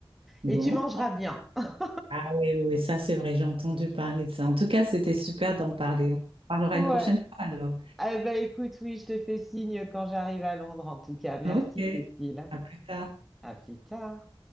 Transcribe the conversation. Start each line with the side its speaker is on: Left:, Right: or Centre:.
Right: Bon.
Centre: Et tu mangeras bien. <laughs>
Right: Ah oui, oui, oui, ça c'est vrai, j'ai entendu parler de ça. En tout cas, c'était super d'en parler. On parlera
Centre: Ouais.
Right: une prochaine fois alors.
Centre: Eh ben, écoute, oui, je te fais signe quand j'arrive à Londres, en tout cas. Merci,
Right: Ok,
Centre: Cécile.
Right: à plus tard.
Centre: À plus tard.